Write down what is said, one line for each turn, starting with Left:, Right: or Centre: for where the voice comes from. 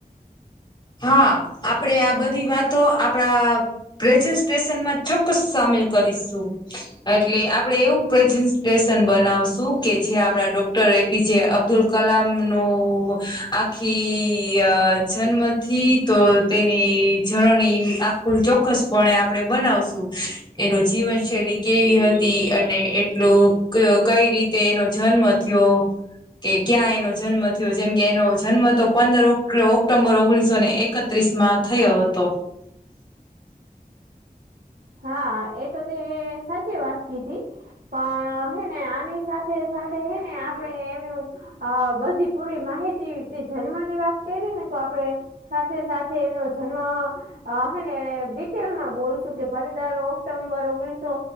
Left: હા આપડે આ બધી વાતો આપણા પ્રેઝન્ટેશન માં ચોક્કસ સામેલ કરીશું. એટલે આપડે એવું પ્રેઝન્ટેશન બનાવશું કે જ્યાં આપડા ડોક્ટર એ પી જે અબ્દુલ કલામ નો આખી આ જન્મ થી તો તેની જર્ની આ કુલ ચોક્કસપણે આપડે બનાવશું એનો જીવન શૈલી કેવી હતી અને એટલું કઈ રીતે એનો જન્મ થયો. કે ક્યાં એનો જન્મ થયો જેમ કે એનો જન્મ તો પંદર ઓક્ટો્બર ઓગણીસો સો ને એકત્રીસ માં થયો હતો. <inaudible>
Right: હા એ તો તે સાચી વાત કીધી. પણ હે ને આની સાથે સાથે હે ને આપડે એમનું અ બધી પૂરી માહિતી જન્મની વાત કરીએ ને તો આપડે સાથે સાથે એમનો જન્મ આ હે ને ડિટેલમાં બોલશું કે પંદર ઓક્ટોમ્બર ઓગણીસો